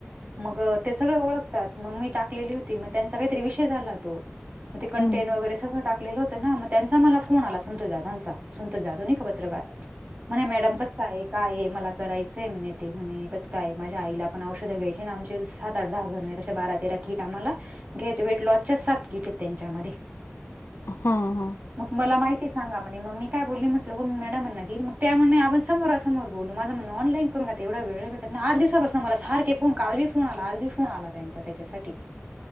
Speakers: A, on the right; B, on the left.
A: मग ते सगळं ओळख तात, म मी टाकलेली होती, म त्यांचा काईतरी विषय झाला तो, म ते कंटेंट
B: हम्म हम्म हम्म हम्म
A: वगैरे सगळं टाक लेलं होत ना, म त्यांचा मला फोन आला, संतोष दादांचा संतोष जाधव नाही का पत्रकार, म्हने मॅडम कसं काये? काये, मला करायचंय म्हणे ते, म्हणे कसं काये? - माझ्या आईला पण औषधं घ्यायची, अन आमचे सात-आठ-दहा जनं आहेत. अशा बारा-तेरा कीट आम्हाला घ्यायचे, वेट लॉसच्याच सात कीटयेत त्यांच्यामध्ये
B: हं हं.
A: मग मला माहिती सांगा म्हणे, मग मी काय बोलली, म्हटलं हो मी मॅडमांना घेल, मग त्या म्हणे आपण समोरच समोर बोलू. माझं म्हणनं, ऑनलाईन करून घ्या ते. एवढा वेळ नाही भेटत ना, आठ दिवस. समोरच, सारखे फोन. काल बी फोन आला, आज बी फोन आला, त्यांचा त्याच्यासाठी.